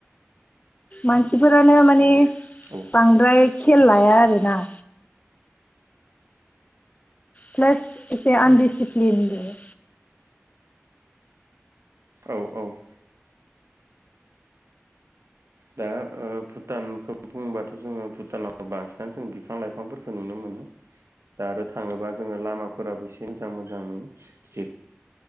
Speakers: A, on the left; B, on the right.
A: मानसिफोरानो माने
B: औ
A: बांद्राय खेल लाया आरोना। प्लास एसे आनडिसिप्लिन
B: औ
A: नुयो।
B: औ औ। दा ओ भुटानखौ बुंबाथ' जोङो भुटानाव बांसिनानो जों बिफां लाइफांफोरखौ नुनो मोनो दा आरो थाङोबा जों जोङो लामाफोराबो एसे मोजां मोजां नुयो जे